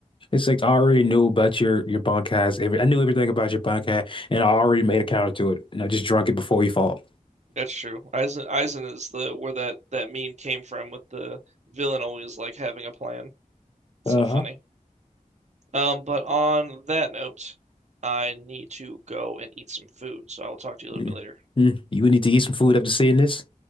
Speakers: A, on the left; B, on the right.
A: It's like I already knew about your your bankai's. Every I knew everything about your bankai, and I already made a counter to it, and I just drunk it before you fought.
B: That's true. Aizen, Aizen is the where that that meme came from with the villain always like having a plan. So
A: Uh-huh.
B: funny. Um, but on that note, I need to go and eat some food, so I will talk to you a little
A: Mm,
B: bit later.
A: mm. You would need to eat some food after seeing this.